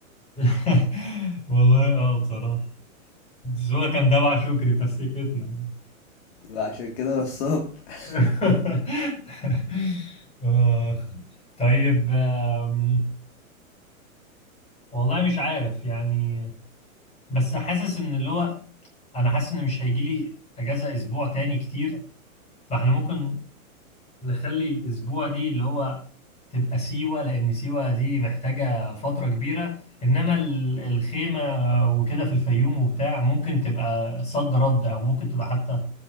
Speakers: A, on the left; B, on the left.
A: <laughs> والله اه بصراحة بس هو كان تبع شكري فسكتنا
B: عشان كده نصاب <laughs>
A: <laughs> آخ. طيب آم، والله مش عارف يعني بس حاسس ان اللي هو انا حاسس ان مش هيجي لي اجازه اسبوع تاني كتير فاحنا ممكن نخلي الاسبوع دي اللي هو تبقى سيوه لان سيوه دي محتاجه فتره كبيره انما ال- الخيمه وكده في الفيوم وبتاع ممكن تبقى صد رد او ممكن تبقى حتى